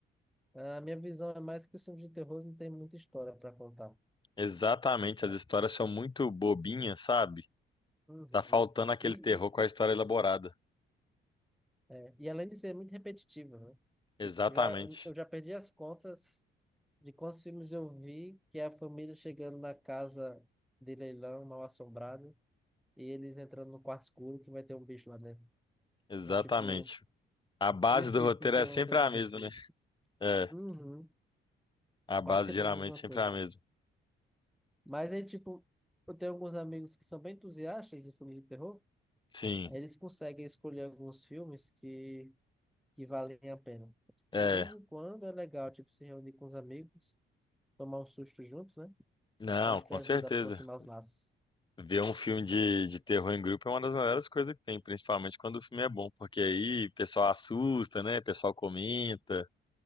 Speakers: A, in the centre; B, on the left (about 25°).
A: a minha visão é mais que os filmes de terror não tem muita história para contar.
B: Exatamente,
A: É.
B: as histórias são muito bobinhas, sabe?
A: Uhum.
B: Tá faltando aquele
A: E,
B: terror
A: e,
B: com a história elaborada.
A: é, e além de ser muito repetitivo, né?
B: Exatamente.
A: Tipo, já, eu eu já perdi as contas de quantos filmes eu vi que é a família chegando na casa de leilão mal assombrada e eles entrando no quarto escuro que vai ter um bicho lá dentro.
B: Exatamente.
A: Então, tipo,
B: A base
A: difícil
B: do roteiro
A: de ter
B: é sempre
A: uma coisa
B: a
A: construída.
B: mesma, né? É,
A: Uhum.
B: a base
A: Quase sempre
B: geralmente
A: a mesma
B: sempre
A: coisa.
B: é a mesma.
A: Mas aí, tipo, eu tenho alguns amigos que são bem entusiastas de filmes de terror,
B: Sim,
A: aí eles conseguem escolher alguns filmes que, que valem a pena. Tipo,
B: é.
A: De vez em quando é legal, tipo, se reunir com os amigos, tomar um susto juntos, né?
B: Não,
A: Eu acho
B: com
A: que ajuda
B: certeza.
A: a aproximar os laços.
B: Ver um filme de, de terror em grupo é uma das melhores coisas que tem, principalmente quando o filme é bom, porque aí o pessoal assusta, né? O pessoal comenta.